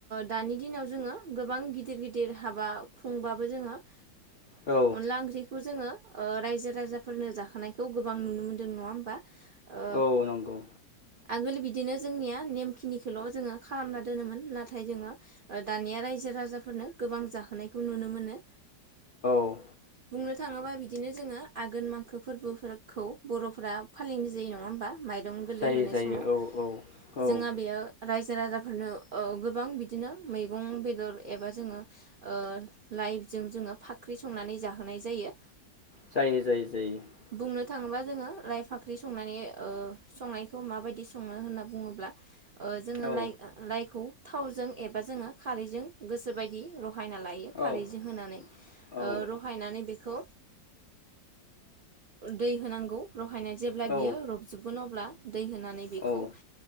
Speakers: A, on the right; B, on the left.
A: दानि दिनाव जोङो गोबां गिदिर गिदिर हाबा खुंबाबो जोङो
B: औ
A: अनला ओंख्रिखौ जोङो रायजो राजाफोरनो जाखोनायखौ गोबां नुनो मोनदों नङा होमबा ओ
B: औ नंगौ
A: आगोल बिदिनो जोंनिया नेमखिनिखौल' जोङो खालामना दोनोमोन नाथाय जोङो दानिया रायजो राजाफोरनो गोबां जाहोनायखौ नुनो मोनो
B: औ
A: बुंनो थाङोबा बिदिनो जोङो आघोन मांखो फोरबोफोरखौ बरफोरा फालिनाय जायो नङा होमबा। माइरं गोरलै
B: जायो
A: होनाय
B: जायो
A: समाव
B: औ औ औ
A: जोंहा बेयो। रायजो राजाफोरनो ओ-गोबां बिदिनो मैगं बेदर एबा जोङो। ओ-लाइभजों जोङो फाख्रि संनानै जाहोनाय जायो।
B: जायो जायो जायो
A: बुंनो थाङोबा जोङो लायफाख्रि संनानै ओ-संनायखौ माबायदि सङो होनना बुङोब्ला। ओ-जोङो
B: औ
A: लाइ लाइखौ थावजों एबा जोङो खारैजों गोसोबायदि रहायना लायो। खारैजों
B: औ
A: होनानै
B: औ औ
A: रुहायनानै बेखौ दै होनांगौ रहायनाय जेब्ला
B: औ
A: बियो रबजोबगोन अब्ला दै होनानै बेखौ
B: औ